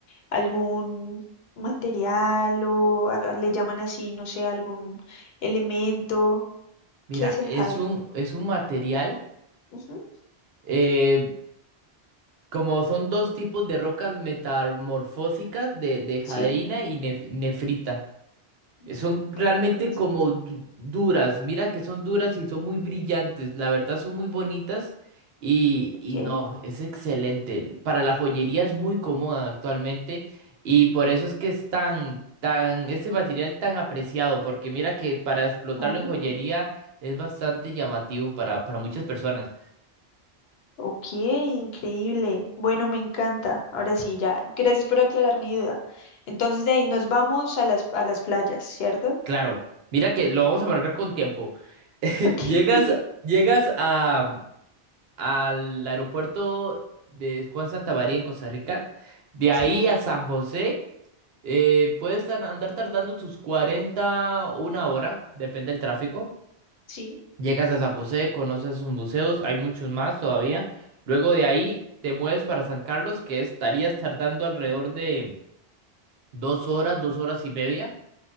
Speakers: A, on the left; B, on the right.
A: algún material o a- a- le llaman así, no sé, algún elemento.
B: Mira,
A: ¿Qué es el
B: es
A: jade?
B: un, es un material,
A: Ujú,
B: eh, como son dos tipos de rocas metamorfósicas de, de jadeína
A: Sí,
B: y nef- nefrita.
A: fruta,
B: Son realmente
A: interesante.
B: como du- duras, mira que son duras y son muy brillantes, la verdad son muy bonitas y,
A: Ok.
B: y no, es excelente. Para la joyería es muy cómoda actualmente y por eso es que es tan, tan, este material tan apreciado, porque mira que para explotarlo
A: Oh,
B: en joyería es bastante llamativo para, para muchas personas.
A: ok, increíble. Bueno, me encanta. Ahora sí, ya. Gracias por aclarar mi duda. Entonces de ahí nos vamos a las, a las playas, ¿cierto?
B: Claro, mira que lo vamos a marcar con tiempo. <laughs>
A: Ok.
B: Llegas,
A: <laughs>
B: llegas a al aeropuerto de Juan Santamaría en Costa Rica. De ahí
A: Sí.
B: a San José, eh, puedes tar- andar tardando tus 40 o una hora, depende del tráfico.
A: Sí,
B: Llegas a San José, conoces sus museos, hay muchos más todavía. Luego de ahí te mueves para San Carlos, que estarías tardando alrededor de dos horas, dos horas y media